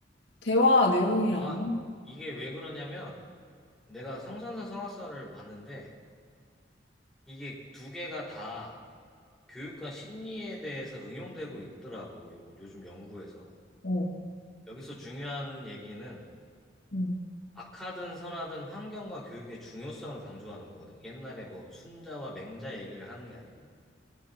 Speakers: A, on the left (about 70°); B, in the centre.
A: 대화 내용이랑
B: 아, 이게 왜 그러냐면 내가 성선설 성악설을 봤는데 이게 두 개가 다 교육과 심리에 대해서 응용되고 있더라고. 요, 요즘 연구에서.
A: 어,
B: 여기서 중요한 얘기는
A: 음,
B: 악하든 선하든 환경과 교육의 중요성을 강조하는 거거든. 옛날에 뭐 순자와 맹자 얘기를 하는 게 아니고.